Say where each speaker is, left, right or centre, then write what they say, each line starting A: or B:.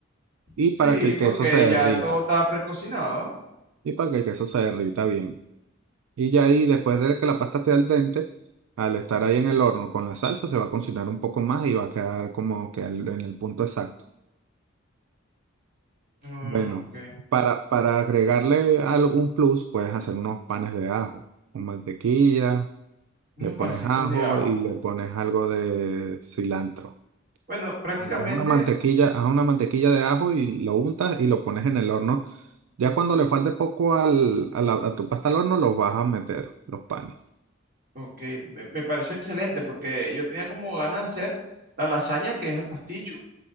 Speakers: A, on the right; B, on the right.
A: y
B: Sí,
A: para que el
B: porque
A: queso se derrita
B: ya todo está precocinado.
A: y para que el queso se derrita bien. Y ya ahí, después de que la pasta esté al dente, al estar ahí en el horno con la salsa, se va a cocinar un poco más y va a quedar como que al- en el punto exacto.
B: Ah,
A: Bueno,
B: ok.
A: para, para agregarle algún plus, puedes hacer unos panes de ajo con mantequilla,
B: Unos
A: le pones
B: pasitos
A: ajo
B: de ajo.
A: y le pones algo de cilantro.
B: Bueno, prácticamente,
A: Haz una mantequilla, haz una mantequilla de ajo y lo untas y lo pones en el horno. Ya cuando le falte poco al, a, la- a tu pasta al horno, los vas a meter, los panes.
B: ok, me, me parece excelente porque yo tenía como ganas de hacer la lasaña, que es el pasticho,